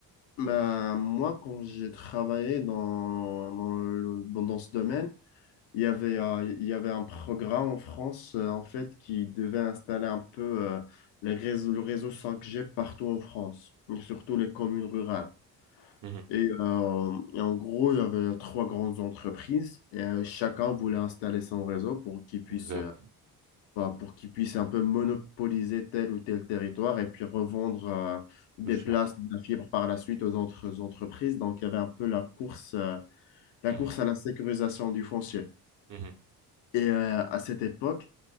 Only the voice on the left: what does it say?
Bah, moi, quand j'ai travaillé dans, dans, le- dans, dans ce domaine, il y avait, euh, il y avait un programme en France, euh, en fait, qui devait installer un peu euh, les réseaux, le réseau 5G partout en France, et surtout les communes rurales.
Et, euh, et en gros, il y avait trois grandes entreprises et euh, chacun voulait installer son réseau pour qu'il puisse,
euh, bah, pour qu'il puisse un peu monopoliser tel ou tel territoire et puis revendre euh, des
places de la fibre par la suite aux autres entreprises. Donc, il y avait un peu la course, euh, la
course à la sécurisation du foncier.
Et euh, à cette époque,